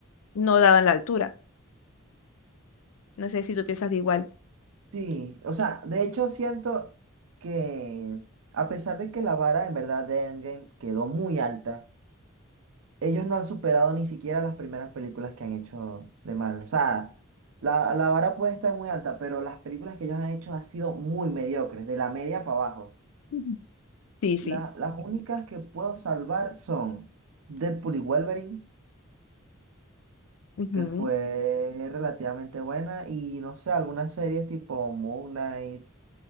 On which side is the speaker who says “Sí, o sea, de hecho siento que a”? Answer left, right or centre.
Right